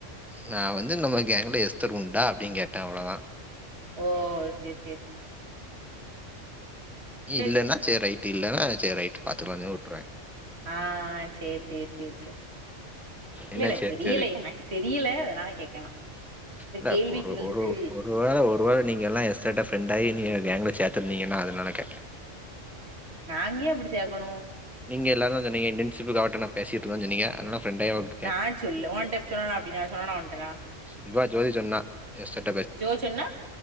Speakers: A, in the centre; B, on the right (about 55°).
A: நா வந்து நம்ம கேங்ல எஸ்தர் உண்டா அப்டிங் கேட்ட அவ்வளோதா
B: ஓ சேர் சேரி சேரி
A: இல்லன்னா
B: சேரி
A: சேர் ரைட்டு இல்லன்னா சேர் ரைட்டு பாத்துக்கலான் சொல்லி உட்ருவ
B: ஆ சேரி சேரி சேரி சேரி இல்லல்ல
A: என்ன சேரி
B: தெரியல
A: சேரி
B: எனக்கு தெரியல அதனால கேக்கற நா இந்த
A: இல்ல
B: கேள்விக்கு
A: ஒரு
B: வந்துட்டு
A: ஒரு ஒரு வேள ஒரு வேள நீங்க எல்லா எஸ்தர்ட ஃப்ரெண்டாயி நீங்க கேங்குல சேத்தருந்தீங்கன்னா அதனால கேட்ட
B: நாங்க ஏ அப்புடி சேக்கணு
A: நீங்க எல்லாரு சொன்னீங்க இன்டென்ஷிப்புக்கு அவ கிட்ட நா பேசிட்டுருந்தன் சொன்னீங்க அதனால ஃப்ரெண்டாய் அவக்
B: நா சொல்ல ஓன்ட்ட சொன்னனா அப்டினு சொன்னனா உன்ட்ட நா
A: இப்பதா ஜோதி சொன்னா எஸ்தர்
B: ஜோதி சொன்னா